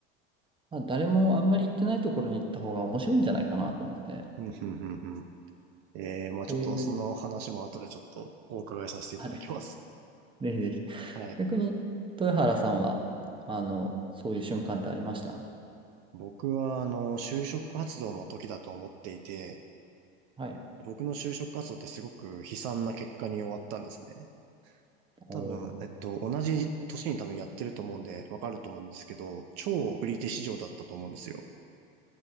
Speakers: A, on the right (about 15°); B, on the right (about 55°).
A: まあ、誰もあんまり行ってないところに行った方が面白いんじゃないかなと思って、
B: うん、うん、うん、えー、まあちょっとその話も後でちょっとお伺いさせていただきます。
A: こういう、あれ、<laughs> ぜひぜひ。
B: <laughs> はい。
A: 逆に、豊原さんは、あの、そういう瞬間ってありました
B: 僕は、あの、就職活動の時だと思っていて、
A: はい。
B: 僕の就職活動ってすごく悲惨な結果に終わったんですね。
A: おー
B: 多分、えっと、同じ年に多分やってると思うんで、わかると思うんですけど、超売り手市場だったと思うんですよ。